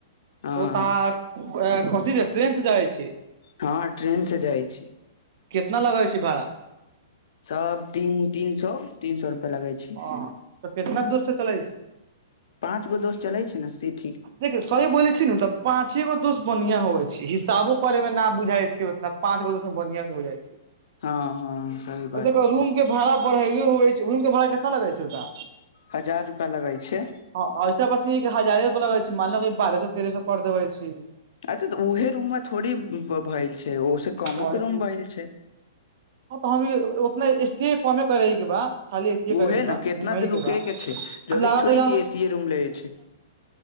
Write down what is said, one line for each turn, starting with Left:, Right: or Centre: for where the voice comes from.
Left: ह
Right: ओ तऽ अहाँ कथिसँ ट्रेनसँ जाइ छी?
Left: हँ ट्रेन से जाइ छी
Right: कितना लगय छी भाड़ा?
Left: सभ तीन-तीन सए, तीन-तीन सए रुपआ लगै छै।
Right: ह तऽ कितना दूर से चलै छी?
Left: पाँच गो दोस्त चलै छै ने, शीत।
Right: देखौ, सही बोलै छियै ने तऽ? पाँचे गो दोस्त बढ़िया होवऽ छै हिसाबो करे मे न बुझायई छैे उतना पाचगो दोस्तं बढ़िया से हो जाय छै
Left: हँ हँ सही बात
Right: आ देखो
Left: छै
Right: रूम के भाड़ा बढ़ेलो हो छै रूम के भाड़ा कितना लगे छै ओतऽ
Left: हजार रुपआ लगै छै
Right: हँ ऐसा पति हजारे रुपया लगै छै मानल बारह सए तेह सए कर देबै छी
Left: अरे तऽ ऊहे रूम मे थोड़ी भेलल छै ओस कमो
Right: वही
Left: के रूम भेलल छै
Right: हँ तऽ हम उतना स्टे कमे करेगी बा खालीे अथीये करेके
Left: उहे ने
Right: बा
Left: केितना
Right: घूम
Left: देर रुके
Right: के बा
Left: छै जरूरी
Right: लागऽतऽ
Left: थोड़ी कि एसीए रूम ले छै